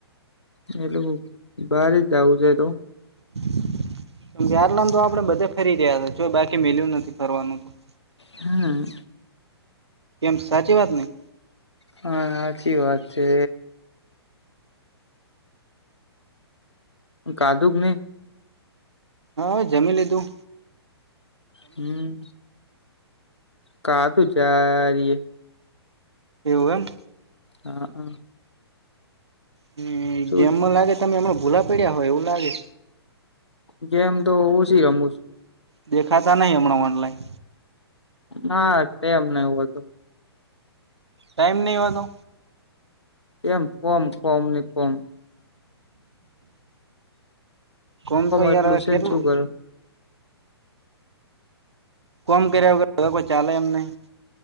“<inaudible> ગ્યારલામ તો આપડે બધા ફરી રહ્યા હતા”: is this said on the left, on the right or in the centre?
Right